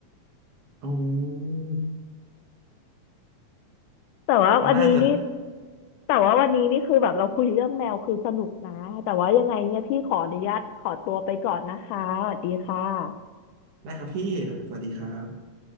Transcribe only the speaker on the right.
ๆโอ้อ
มันน่าจะ
ได้ครับพี่ สวัสดีครับ